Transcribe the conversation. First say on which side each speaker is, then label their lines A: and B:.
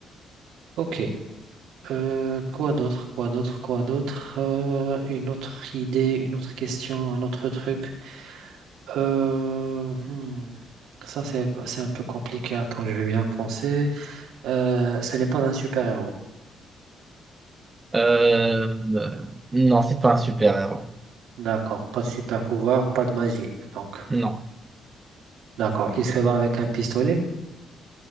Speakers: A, on the right; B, on the right.
A: ok. Euh, quoi d'autre, quoi d'autre, quoi d'autre? Euh, une autre idée, une autre question, un autre truc. Euh, hmm, Ça, c'est, c'est un peu compliqué. Attends, je vais bien penser. Euh, ce n'est pas un super-héros.
B: Euh, non, c'est pas un super-héros.
A: D'accord, pas de super-pouvoir, pas de magie. Donc,
B: Non.
A: d'accord, il se bat avec un pistolet.